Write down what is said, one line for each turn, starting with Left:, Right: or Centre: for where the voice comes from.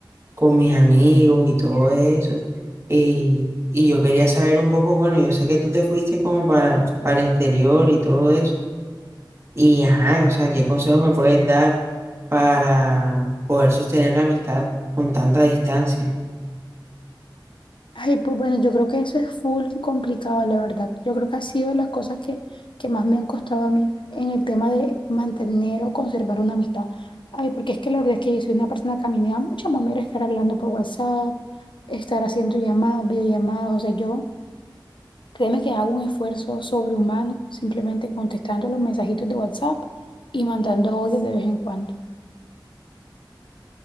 Right: con mis amigos y todo eso. Y, y yo quería saber un poco, bueno, yo sé que tú te fuiste como para, para el exterior y todo eso, y ajá, o sea, ¿qué consejos me puedes dar para poder sostener la amistad con tanta distancia?
Left: Ay, pues bueno, yo creo que eso es full complicado, la verdad. Yo creo que ha sido de las cosas que, que más me han costado a mí en el tema de mantener o conservar una amistad. Ay, porque es que la verdad es que yo soy una persona que a mí me da mucha mamera estar hablando por WhatsApp, estar haciendo llamadas, videollamadas. O sea, yo créeme que hago un esfuerzo sobrehumano simplemente contestando los mensajitos de WhatsApp y mandando audios de vez en cuando.